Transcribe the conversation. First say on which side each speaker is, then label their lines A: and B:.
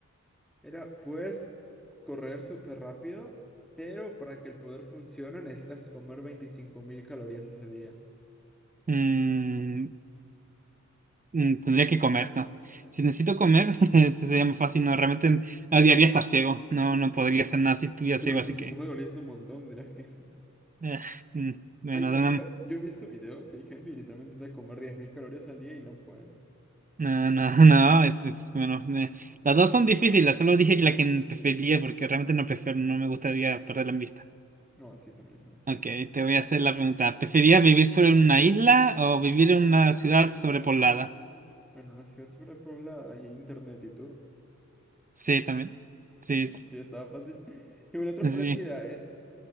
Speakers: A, in the centre; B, on the right (about 30°).
A: era, puedes correr súper rápido, pero para que el poder funcione necesitas comer 25.000 calorías ese día.
B: Mm, mm, tendría que comer, ¿no? Si necesito comer, <laughs> eso sería más fácil. No, realmente odiaría estar ciego. No, no podría hacer nada si estuviera
A: Pero
B: ciego,
A: veinticinco
B: así que.
A: mil calorías es un montón, dirás que... <laughs>
B: eh, mm, bueno,
A: Hay gente,
B: de una-
A: yo he visto videos, y hay gente que literalmente intenta comer 10.000 calorías al día y no pueden.
B: No, no, <laughs> no, es, es- bueno, eh, las dos son difíciles, solo dije que la que prefería porque realmente no prefiero, no me gustaría perderla en vista.
A: No, así también es una opción.
B: Ok, te voy a hacer la pregunta. ¿Preferías vivir sobre una isla o vivir en una ciudad sobrepoblada?
A: Bueno, una ciudad sobrepoblada y hay internet, ¿y tú?
B: Sí, también. Sí,
A: Sí, estaba fácil. <laughs> Y una otra
B: Sí,
A: parecida es